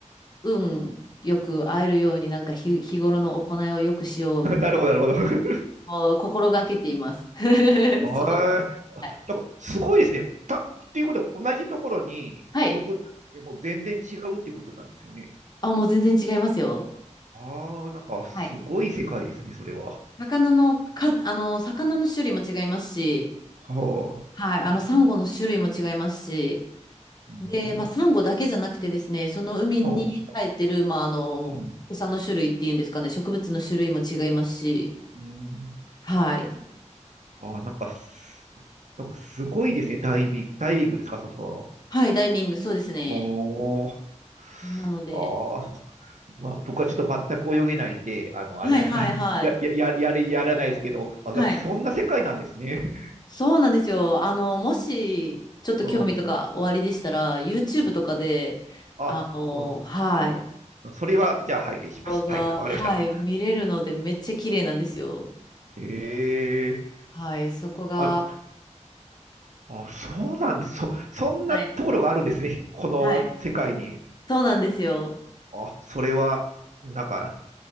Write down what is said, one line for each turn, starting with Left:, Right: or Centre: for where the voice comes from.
Left: 運よく会えるようになんか日、日頃の行いをよくしようと
Right: <laughs> なるほど、なるほど。
Left: は心がけています。<laughs>
Right: はい。
Left: そこ、はい。
Right: あなんか、すごいですね。た、っていうことは、同じところに潜ったってもう全然違うってことなんですよね。
Left: はい。あ、もう全然違いますよ。
Right: ああ、なんかすごい世界ですね、
Left: はい。
Right: それは。
Left: 魚のか、あの、魚の種類も違いますし、
Right: はあ。
Left: はい、あの、サンゴの種類も違いますし、
Right: うん。
Left: で、まあ、サンゴだけじゃなくてですね、その海に生えてる、
Right: う
Left: まあ、あの、
Right: ん。
Left: 餌の種類っていうんですかね、植物の種類も違いますし、
Right: うん
Left: はい。
Right: ああ、なんかす、なんかすごいですね、ダイビング、ダイビングですか、その、その
Left: はい、ダイビング、そうですね。
Right: おー。
Left: なので、
Right: ああ、まあ、僕はちょっと全く泳げないんで、あの、あれなんです。
Left: はいはいはい。
Right: あの、や、や、ややれ、やらないですけど、あ、なんかそんな世界なんですね。
Left: はい。そうなんですよ。あの、もし、ちょっと興味とかおありでしたら、
Right: <laughs> うん。
Left: YouTube
Right: あ、
Left: とかで、
Right: あ、
Left: あの、
Right: う
Left: はい、
Right: ん。それは、じゃあ拝見します。
Left: 動画が、
Right: はい、わかりました。
Left: はい、見れるので、めっちゃ綺麗なんですよ。
Right: へえ。
Left: はい、そこが、
Right: あ、あ、そうなんです。そ、そんなところがあるんですね。
Left: はい
Right: この世界に。
Left: はいそうなんですよ。
Right: あ、それは、なんか、